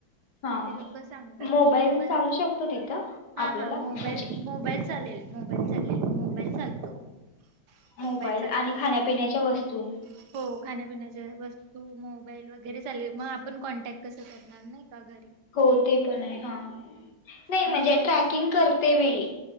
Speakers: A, on the left; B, on the right.
A: हा
B: ते लोक सांगतात
A: मोबाईल
B: बऱ्या
A: चालू
B: <unintelligible>
A: शकतो तिथं
B: हा
A: आपल्याला
B: हा
A: म्हणजे
B: मोबाल <inaudible> मोबाईल चालेल मोबाईल चालेल मोबाईल चालतो मोबाईलचा
A: मोबाईल
B: काही
A: आणि
B: ईशु
A: खाण्यापिण्याच्या
B: नाही.
A: वस्तू
B: <unintelligible> हो खाण्यापिण्याच्या वस्तू मोबाईल वगैरे. वगैर लेल मग आपण कॉन्टॅक्ट कस? करणार नाही का घर?
A: हो ते पण आहे, हा नाही म्हणजे
B: म्हणून मोबाईल
A: ट्रॅकिंग करते वेळी.